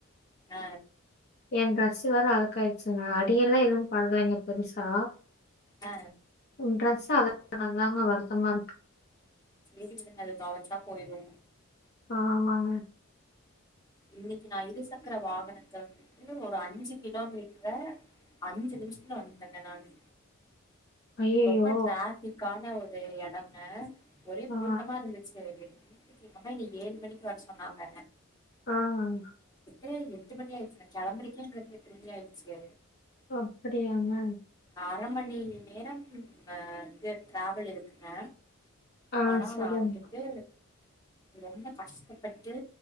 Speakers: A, on the left; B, on the left.
A: அ
B: என் டிரெஸ் வேற அழுக்காய்ட்ச்சுங்ளா அடியெல்லா எதுவு படலங்க பெருசா
A: ஆ
B: ம் டிரெஸ்ஸு அழுக் க்காஙக தாங்க வருத்தமாருக்கு
A: சேரி விடுங்க அது தொவச்சா போய்ரு
B: அ ஆமாங்க
A: இன்னிக்கி நா இரு சக்கர வாகனத்த வந்துட்டு ஒரு அஞ்சு கிலோமீட்டர அஞ்சு நிமிஷத்ல வந்துட்டேங்க நானு
B: ஐயோ
A: ரொம்ப டிராபிக்கா என்ன ஒரு எடங்க? ஒரே கூட்டமா
B: ஆ
A: இருந்துச்சு இல் வீட்டுக்கு வா <inaudible> இன்னிக்கி ஏழு மணிக்கி வர சொன்னாங்க
B: ஆஹ்
A: ஏ எட்டு மணி ஆயிட்ச்சி நா கெளம்பறக்கே அங்கருந்து எட்டு மணி ஆயிட்ச்சு
B: ஓ அப்டியாங்க
A: அரை மணி நேரம் ம் இது டிராவல் இருக்குங்க
B: ஆ
A: ஆனா
B: சொல்லுங்க
A: நா வந்துட்டு ரொம்ப கஷ்டப்பட்டு